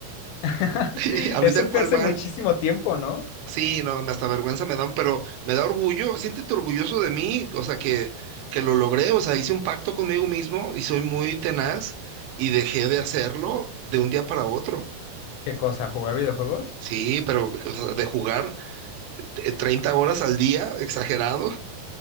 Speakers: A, on the left; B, on the right.
A: <laughs>
B: <laughs> ¿Ahorita
A: Eso
B: en
A: fue
B: cuál
A: hace
B: van?
A: muchísimo tiempo, ¿no?
B: Sí, no, me hasta vergüenza me dan, pero me da orgullo. Siéntete orgulloso de mí, o sea, que, que lo logré, o sea, hice un pacto conmigo mismo y soy muy tenaz y dejé de hacerlo de un día para otro.
A: ¿Qué cosa? ¿Jugar videojuegos?
B: Sí, pero o sea, de jugar eh, 30 horas al día, exagerado.